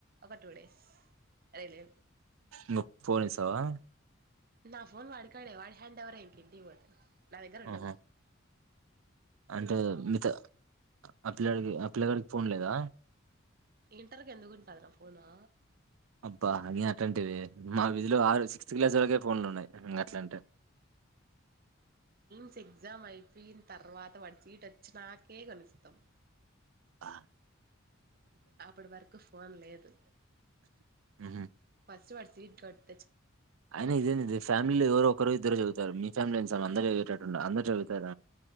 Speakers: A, on the right; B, on the right.
A: ఒక టూ డేస్ ఆరైలే
B: ము ఫోన్ఇస్సావా
A: నా ఫోన్ వాడుగాకాడే వాడి హ్యాండవరే ఇంకింటికి పోతే నాదగ్గరుండదు
B: ఆహా అంటే మీ త ఆ పిల్లగాడికి ఆ పిలగాడికి ఫోన్ లే దా
A: ఇంటర్కి ఎందుకు ఉంటుందిర ఫోను
B: అబ్బా అట్ంటవి మా విజ్ల ఆరు సిక్స్త్ క్లాస్ వరకే ఫోన్లు ఉన్నాయి గట్లా అంటే
A: న్స్ ఎగ్జామ్ అయిపోయిన తర్వాత వాటి సీట్ వచ్చినాకేకోనిస్తాం
B: ప
A: అప్పటి వరకు ఫోన్ లేదు
B: హుహు.
A: ఫస్ట్ వాడు సీట్ కట్
B: అయినా ఇదే ఇది ఫ్యామిలీలో ఎవరో ఒకరో ఇద్దరు చదువుతారు మీ ఫ్యామిలీ సార్ అంద చవిటట్ వున్నారు అంద చవుతార